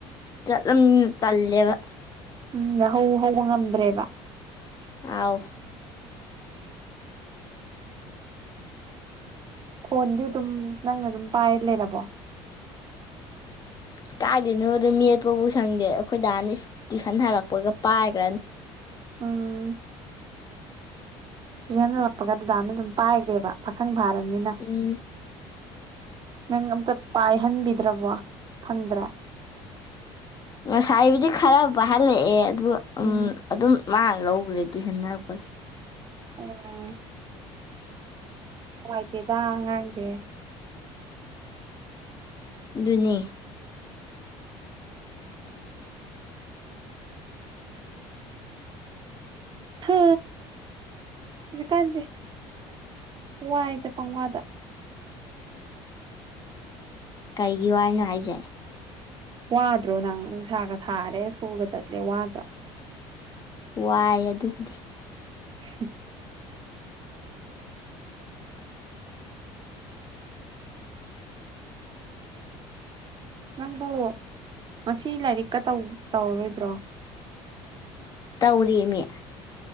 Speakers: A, on the left; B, on the right.
A: ꯆꯠꯂꯝ ꯄꯜꯂꯦꯕ
B: ꯎꯝ ꯍꯧ ꯍꯧꯕ ꯉꯝꯗ꯭ꯔꯦꯕ
A: ꯑꯥꯎ
B: ꯐꯣꯟꯗꯤ ꯑꯗꯨꯝ ꯅꯪꯅ ꯑꯗꯨꯝ ꯄꯥꯏ ꯂꯩꯔꯕꯣ
A: ꯑꯁ ꯀꯥꯏꯗꯣꯏꯅꯣꯗ ꯃꯦꯠꯄꯕꯨ ꯁꯪꯗꯦ ꯑꯩꯈꯣꯏ ꯗꯥ ꯍꯥꯟꯅ ꯇꯨꯏꯁꯟ ꯍꯜꯔꯛꯄꯒ ꯄꯥꯏꯈ꯭ꯔꯅꯤ
B: ꯎꯝ ꯆꯨꯁꯤꯟꯁꯤꯜꯂꯛꯄꯒ ꯗꯗꯥꯅ ꯑꯗꯨꯝ ꯄꯥꯏꯈ꯭ꯔꯦꯕ ꯄꯥꯈꯪ ꯐꯥꯔꯕꯅꯤꯅ
A: ꯎꯝ
B: ꯅꯪ ꯑꯝꯇ ꯄꯥꯏꯍꯟꯕꯤꯗ꯭ꯔꯕꯣ ꯈꯪꯗ꯭ꯔꯦ
A: ꯉꯁꯥꯏꯕꯨꯗꯤ ꯈꯔ ꯐꯍꯜꯂꯛꯑꯦ ꯑꯗꯨ
B: ꯎꯝ
A: ꯑꯗꯨꯝ ꯃꯥꯅ ꯂꯧꯈ꯭ꯔꯦ ꯇꯨꯁꯟꯅꯟꯅꯔꯛꯄꯗ
B: ꯎꯝ ꯅꯨꯡꯉꯥꯏꯇꯦꯗ ꯑꯉꯥꯡꯁꯦ
A: <unintelligible> ꯑꯗꯨꯅꯤ
B: ꯍꯥ ꯍꯧꯖꯤꯛꯀꯥꯟꯁꯦ ꯋꯥꯏꯗ ꯄꯪꯋꯥꯗ
A: ꯀꯩꯒꯤ ꯋꯥꯏꯅꯣ ꯍꯥꯏꯖꯦ
B: ꯋꯥꯗ꯭ꯔꯣ ꯅꯪ ꯅꯨꯡꯁꯥꯒ ꯁꯥꯔꯦ ꯁ꯭ꯀꯨꯜꯒ ꯆꯠꯂꯦ ꯋꯥꯗ꯭ꯔꯣ
A: ꯋꯥꯏ ꯑꯗꯨꯕꯨꯗꯤ
B: <unintelligible> ꯅꯪꯕꯨ ꯉꯁꯤ ꯂꯥꯏꯔꯤꯛꯀ ꯇꯧ ꯇꯧꯔꯔꯣꯏꯗ꯭ꯔꯣ
A: ꯇꯧꯔꯤꯃꯤ